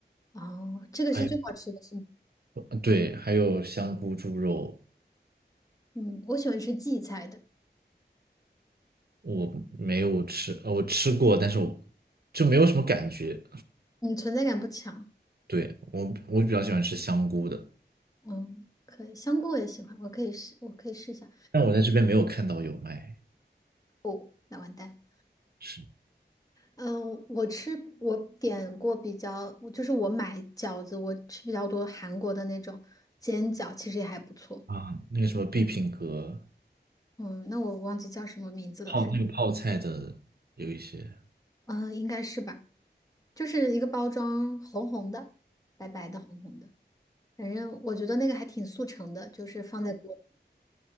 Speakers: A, on the left (about 20°); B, on the right (about 60°).
A: 哦，这个是最好吃的是吗？
B: 还有呃对，还有香菇猪肉，
A: 嗯，我喜欢吃荠菜的。
B: 我没有吃，呃我吃过，但是我就没有什么感觉。
A: 你存在感不强。
B: 对，我我比较喜欢吃香菇的，
A: 嗯，可以，香菇我也喜欢，我可以试，我可以试一下。
B: 但我在这边没有看到有卖。
A: 哦，那完蛋。
B: 是
A: 嗯，我吃我点过比较，就是我买饺子，我吃比较多韩国的那种煎饺，其实也还不错。
B: 啊，那个什么必品阁
A: 嗯，那我忘记叫什么名字了，
B: 泡那个泡菜的有一些
A: 反正嗯，应该是吧，就是一个包装红红的，白白的红红的，反正我觉得那个还挺速成的，就是放在锅，